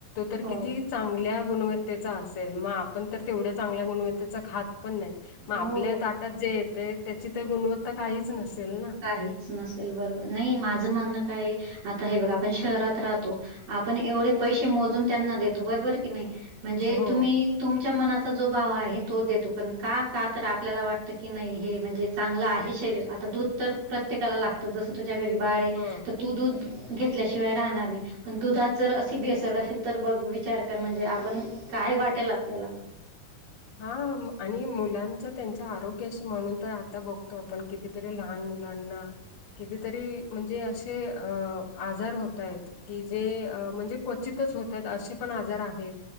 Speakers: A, on the left; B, on the right.
A: तर
B: हो,
A: किती चांगल्या गुणवत्तेचा असेल म आपण तर तेवडया चांगल्या गुणवत्तेचा खात पण नाई. म आपल्या
B: हो.
A: ताटात जे येतय त्याची तर गुणवत्ता काइच नसेल ना.
B: काहीच नसेल बरोबर नाही माझं म्हणणं काय आता हे बघा आपण शहरात राहतो. आपण एवडे पैशे मोजून त्यांना देतो, बरोबर हाय की नाई मणजे
A: हो
B: तुम्ही तुमच्या मनाचा जो बाव आहे तो देतो, पण का का तर आपल्याला वाटतं की, नाई हे म्हणजे चांगलं आहे शरीर, आता दूद तर प्रत्येकाला लागतं, जस तुज्या घरी बाळ हाय
A: ह
B: तू दूध घेतल्याशिवाय राहणार नाई पण दुधात जर अशी भेसळ असेल तर, बघ विचार कर म्हणजे आपण काय वाटेल आपल्याला.
A: हा आणि मुलांच त्यांच आरोग्याशी, म्हणून तर आता बगतो आपण कितीतरी लहान मुलांना कितीतरी मणजे असे अ आजार होतायेत. कि जे अ मणजे क्वचितच होतायेत, असे पण आजार आहेत.